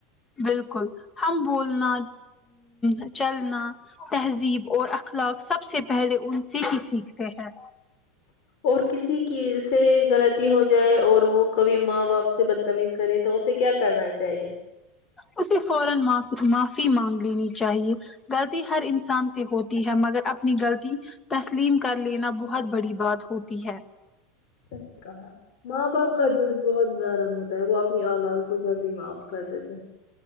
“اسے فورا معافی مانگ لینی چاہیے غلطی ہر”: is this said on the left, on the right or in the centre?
Left